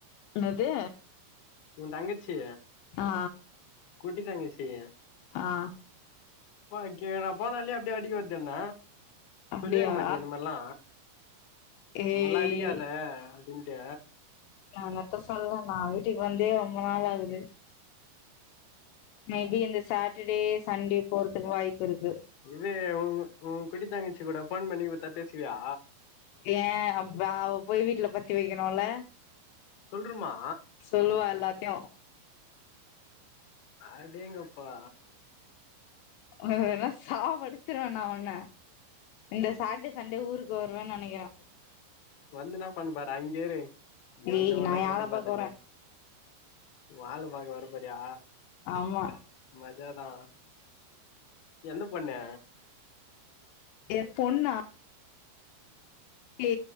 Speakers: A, on the left; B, on the left.
A: என்னது
B: உ தங்கச்சி
A: ஆ
B: குட்டி தங்கச்சி
A: ஆ
B: பாக்யே நாப் போனாலே அப்டியே அடிக்க வர்து என்ன
A: அப்டியா
B: சொல்லி வெக்க மாட்டியா இந் மார்லா
A: ஏய்
B: இந் மார்லா அடிக்காத அப்டீன்ட்டு
A: அனத்த சொல்ல நா வீட்டுக் வந்தே ரொம்ப நாள் ஆகுது மேபி இந்த சாட்டர்டே சண்டே போறதுக்கு வாய்ப்பு இருக்கு
B: இது உங் உ குட்டி தங்கச்சி கூட ஃபோன் பண்ணி குத்தா பேசுவியா
A: ஏ அப்ப அவ போய் வீட்ல பத்தி வகிணுல்ல
B: சொல்றும்மா
A: சொல்லுவா எல்லாத்யு
B: அடேங்கப்பா
A: ம் என்ன என்ன சாவடிச் ச்சிருவ நா ஒண்ண இந்த சாட்டே சண்டே ஊருக் வருவேனு நெனக்கிற
B: வந்து இன்னா பண்ணப் போற அங்கே இரு ங்க வந்து
A: ஏய்
B: ஒன்ன
A: நா
B: கய்டபோர்தில்ல
A: யார பாக்க வரே
B: ஒ ஆள பாக்க வர போறியா
A: ஆம்மா
B: மஜாதா எந்த பொண்ணு
A: எப் பொண்ணா ஏ